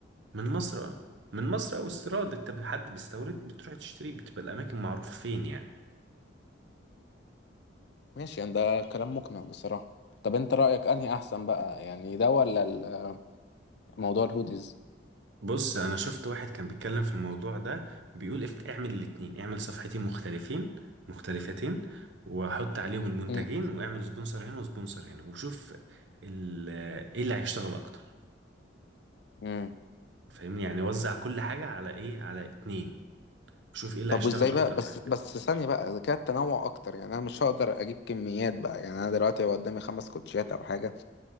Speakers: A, on the right; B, on the left.
A: من مصر اه من مصر او استيراد انت حد بيستورد بتروح تشتري بتبقى الاماكن معروفة فين يعني
B: ماشي يعني ده كلام مقنع بصراحة طب انت رأيك انهي احسن بقى يعني ده ولا ال- موضوع الهوديز
A: بص انا شفت واحد كان بيتكلم في الموضوع ده بيقول افت اعمل الاتنين اعمل صفحتين مختلفين مختلفتين وحط عليهم المنتجين
B: امم
A: واعمل سبونسر هنا وسبونسر هنا وشوف ال- ايه اللي هيشتغل اكتر
B: امم
A: فاهمني يعني وزع كل حاجة على ايه على اتنين شوف ايه اللي
B: طب
A: هيشتغل
B: وازاي بقى
A: اكتر
B: بس
A: معاك
B: بس ثانية بقى اذا كان التنوع اكتر يعني انا مش هقدر اجيب كميات بقى يعني انا دلوقتي هيبقى قدامي خمس كوتشيات او حاجة